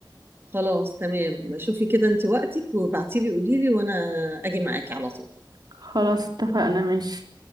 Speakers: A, on the right (about 30°); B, on the right (about 60°).
A: خلاص تمام شوفي كده انت وقتك وابعتيلي قوليلي وانا اجي معاكي على طول
B: خلاص اتفقنا ماشي